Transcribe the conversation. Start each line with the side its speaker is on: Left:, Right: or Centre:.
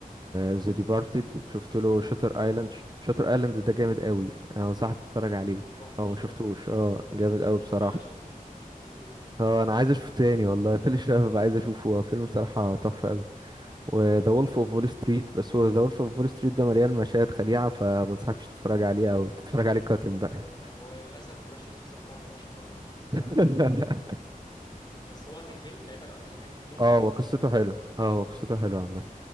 Right: ذا ديبارتد شفت له شاتر
Left: حلو
Right: ايلاند شاتر ايلاند ده جامد قوي انا انصحك تتفرج عليه
Left: تحفه
Right: لو ما
Left: شاطر
Right: شفتوش
Left: ايلاند ده
Right: اه جامد قوي بصراحة
Left: لا لا شفته شفته شفته مرتين
Right: اه انا عايز اشوفه تاني والله كل شويه ببقى عايز اشوفه هو فيلم صراحه تحفه قوي وذا وولف اوف وول ستريت بس هو ذا وولف اوف وول ستريت ده مليان مشاهد خليعه فما انصحكش تتفرج عليه او تتفرج عليه قاتم بقى
Left: يعني هو للاسف ان انا شفته مثلا بتاع 14 مره ف
Right: <laughs>
Left: <laughs> بس هو كفيلم بعيدا عن اي حاجه فيه يعني
Right: اه
Left: هو
Right: هو
Left: كفيلم
Right: قصته
Left: تحفه
Right: حلو
Left: يعني
Right: اه هو قصته
Left: اه
Right: حلو
Left: تحفه
Right: عامه